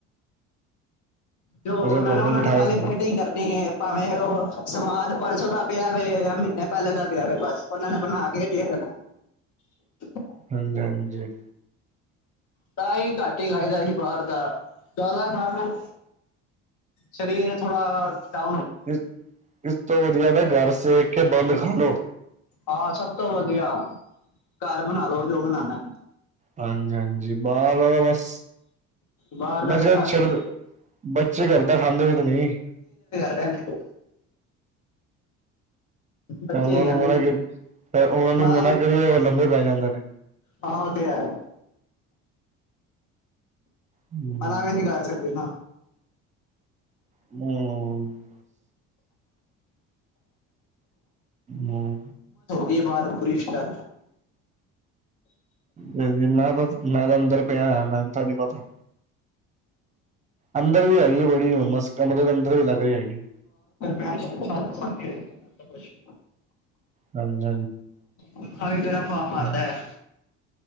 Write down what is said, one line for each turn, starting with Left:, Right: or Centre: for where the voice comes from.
Left: ਜੋ
Right: ਵਧੀਆ
Left: ਓਨਾ
Right: ਤੁਹਾਨੂੰ
Left: ਨਾ, ਓਨਾਂ
Right: ਬਿਠਾ
Left: ਨੂੰ ਪੈਲੇ
Right: ਕੇ ਖਿਲਾ
Left: ਪਲੇਟਿੰਗ ਕਰਨੀ ਏ, ਭਾਵੇਂ ਓਹ ਸਮਾਨ ਪਰਸੋਂ ਦਾ ਪਿਆ ਵੇ, ਯਾ ਮਹੀਨੇ ਪੈਲੇ ਦਾ ਪਿਆਵੇ ਬਸ। ਓਹਨਾਂ ਨੇ ਬਣਾ ਕੇ, ਦੇ ਦੇਣੈ। <inaudible>
Right: ਹਾਂਜੀ-ਹਾਂਜੀ।
Left: ਤਾਂ ਈ ਘੱਟ ਈ ਖਾਇਦੈ ਅਸੀ ਬਾਹਰ ਦਾ, ਜਾਦਾ ਖਾਣ ਨਾਲ ਸ਼ਰੀਰ ਥੋੜਾ ਤਾ
Right: ਇਸ-ਇਸ ਤੋਂ ਵਧੀਆ ਦਾ, ਘਰ ਸੇਕ ਕੇ ਬੱਲ ਖਾਲੋ।
Left: ਹਾਂ, ਸਭ ਤੋਂ ਵਧੀਆ ਘਰ ਬਣਾ ਲੋ ਜੋ ਬਣਾਣੈ।
Right: ਹਾਂਜੀ- ਹਾਂਜੀ, ਬਾਹਰ ਦਾ ਤਾ ਬਸ
Left: ਬਾਹਰ ਦਾ
Right: ਬੱਚੇਆ
Left: ਤਾਂ
Right: ਤੇ
Left: ਘੱਟ
Right: ਛੱਡਦੇ,
Left: ਹੀ
Right: ਬੱਚੇ ਘਰ ਦਾ ਖਾਂਦੇ ਵੀ, ਤਾਂ, ਨੀ।
Left: ਕੈੰਦੇ। ਬੱਚੇ
Right: ਯਾਂ ਉਨਾਂ
Left: ਹੀ ਕਹਿੰਦੇ
Right: ਨੂੰ ਮਨਾ
Left: ਨੇ
Right: ਕੀ, ਫੇਰ ਓਹਨਾਂ ਨੂੰ
Left: ਮਾਂ
Right: ਮਨਾ ਕਰੀਏ, ਓ ਲੰਬੇ ਪੈ ਜਾਂਦੇ ਨੇ।
Left: ਹਾਂ, ਓ, ਤੇ, ਹੈ।
Right: ਹਮ
Left: ਅਨਾ ਵੀ ਨੀ, ਕਰ ਸਕਦੇ ਨਾ।
Right: ਹੂੰ। ਹੂੰ।
Left: ਇਹ ਬਾਰ ਕੁਰੀਸ਼ਟ ਐ।
Right: ਨਈਂ- ਨਈਂ, ਮੈਂ ਦਾਸ ਮੈਂ ਤਾਂ ਅੰਦਰ ਪਿਆ ਹੋਯਾ, ਮੈਨ ਤਾਂ ਨੀ ਪਤਾ। ਅੰਦਰ ਵੀ ਆਈਏ ਬੜੀ ਹੁਮਸ। ਕਮਰੇ ਦੇ ਅੰਦਰ ਵੀ, ਲਗ ਰਹੀ ਹੈਗੀ।
Left: ਅੱਛਾ ਛਾਤ ਸੁਣਕੇ ਤਪਸ਼,
Right: ਹਾਂਜੀ
Left: ਪੱਖਾ ਵੀ ਇੱਕ ਤਰ੍ਹਾਂ ਹਾ-ਹਾਰਦੈ।
Right: ਹਾਂਜੀ
Left: <inaudible>